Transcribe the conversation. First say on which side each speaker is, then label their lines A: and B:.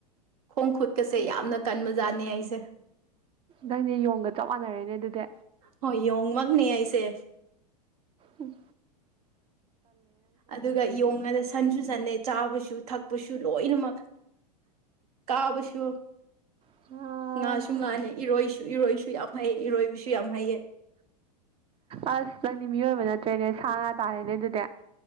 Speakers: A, on the right; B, on the right.
A: ꯈꯣꯡ ꯈꯨꯠꯀꯁꯦ
B: ꯏꯁ
A: ꯌꯥꯝꯅ ꯀꯟꯕꯖꯥꯠꯅꯦ ꯑꯩꯁꯦ ꯇꯦ
B: ꯅꯪꯗꯤ ꯌꯣꯡꯒ ꯆꯞ ꯃꯥꯟꯅꯔꯦꯅꯦ ꯑꯗꯨꯗꯤ
A: ꯍꯣꯢ ꯌꯣꯡꯃꯥꯛꯅꯦ ꯑꯩꯁꯦ
B: ꯎꯝ
A: ꯑꯗꯨꯒ ꯌꯣꯡꯗ ꯁꯟꯁꯨ ꯁꯟꯅꯦ ꯆꯥꯕꯁꯨ ꯊꯛꯄꯁꯨ ꯂꯣꯏꯅꯃꯛ ꯀꯥꯕꯁꯨ
B: ꯑꯁ
A: ꯉꯥꯁꯨ ꯉꯥꯅꯦ ꯏꯔꯣꯏꯁꯨ ꯏꯔꯣꯏꯁꯨ ꯌꯥꯝ ꯍꯩꯌꯦ ꯏꯔꯣꯏꯕꯤꯁꯨ ꯌꯥꯝ ꯍꯥꯏꯩꯌꯦ
B: ꯑꯁ ꯅꯪꯗꯤ ꯃꯤꯑꯣꯏꯕ ꯅꯠꯇ꯭ꯔꯦꯅꯦ ꯁꯥ ꯉꯥ ꯇꯥꯔꯦꯅꯦ ꯑꯗꯨꯗꯤ